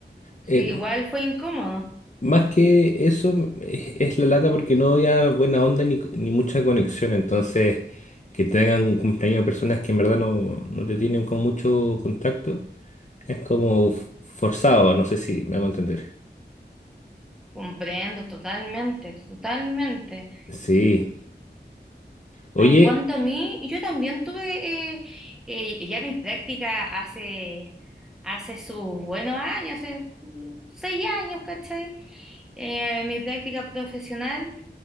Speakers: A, in the centre; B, on the left (about 40°).
A: Sí,
B: eh,
A: igual fue incómodo.
B: Más que eso, es es la lata porque no había buena onda ni, ni mucha conexión. Entonces, que tengan un cumpleaños de personas que en verdad no, no te tienen con mucho contacto, es como f- forzado. No sé si me hago entender.
A: Comprendo totalmente, totalmente.
B: Sí. Oye,
A: En cuanto a mí, yo también tuve eh, eh, ya mis prácticas hace, hace sus buenos años, hace mm, seis años, ¿cachai? Eh, mi práctica profesional